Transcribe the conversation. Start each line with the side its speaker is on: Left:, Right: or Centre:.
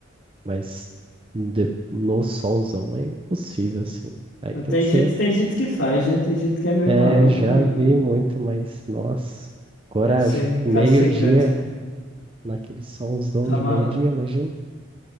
Right: Mas de- no solzão é impossível, assim. Aí
Left: Mas
Right: tem
Left: Tem
Right: que ser.
Left: gente, tem gente que faz, né? Tem gente que é meio
Right: É,
Left: maluco
Right: já
Left: e
Right: vi muito, mas nossa, coragem.
Left: deve ser castigante.
Right: Meio-dia.
Left: né?
Right: Naquele solzão
Left: Tá
Right: de
Left: maluco.
Right: meio-dia, imagina?